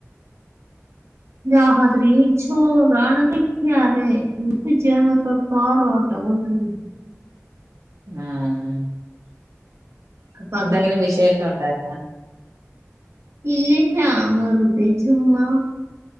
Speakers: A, on the right; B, on the right.
A: രാത്രി ചോറണ് കഴിക്കാറേ ഇന്ന്പ്പച്ചിവന്നപ്പ പാറോട്ട കൊണ്ട് വന്ന്
B: ആഹ
A: അപ്പൊ
B: എന്തെങ്കിലും
A: അത് കഴിച്ചു
B: വിശേഷം ഉണ്ടായിരുന്നോ
A: ഇല്ലില്ല വെറുതെ ചുമ്മാ